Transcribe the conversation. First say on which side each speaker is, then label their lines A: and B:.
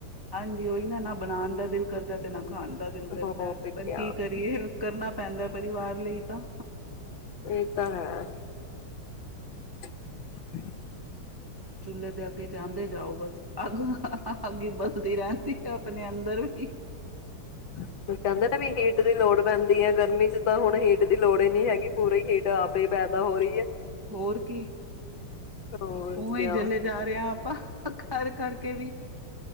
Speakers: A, on the right; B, on the left.
A: ਹਾਂਜੀ। ਉਹੀ ਨਾ ਨਾ ਬਣਾਉਣ ਦਾ ਦਿਲ ਕਰਦਾ ਤੇ ਨਾ ਖਾਣ ਦਾ ਦਿਲ ਕਰਦਾ
B: ਹੋਰ
A: ਹੈ।
B: ਕਿਆ
A: ਪਰ ਕੀ ਕਰੀਏ, ਕਰਨਾ ਪੈਂਦਾ ਪਰਿਵਾਰ ਲਈ ਤਾਂ
B: ਇਹ ਤਾਂ ਹੈ <unintelligible>
A: ਚੁੱਲੇ ਦੇ ਅੱਗੇ ਜਾਂਦੇ ਜਾਓ ਬਸ ਅੱਗ ਅੱਗ ਹੀ ਵਧਦੀ ਰਹਿੰਦੀ ਹੈ। ਮੈ ਅੰਦਰ ਵੀ
B: ਫਿਰ ਕਹਿੰਦੇ ਵੀ ਗਏ। ਹੀਟ ਦੀ ਲੋੜ ਪੈਂਦੀ ਹੈ ਗਰਮੀ ਚ ਤਾਂ ਹੁਣ ਹੀਟ ਦੀ ਲੋੜ ਹੀ ਨਹੀ ਹੈਗੀ ਪੂਰੀ ਹੀਟ ਆਪ ਹੀ ਪੈਦਾ ਹੋ ਰਹੀ ਹੈ।
A: ਹੋਰ ਕੀ,
B: ਹੋਰ
A: ਉਵੇਂ
B: ਕਿਆ
A: ਹੀ ਜਲੇ ਜਾ ਰਿਹਾ ਆਪਾਂ ਕਰ- ਕਰਕੇ ਵੀ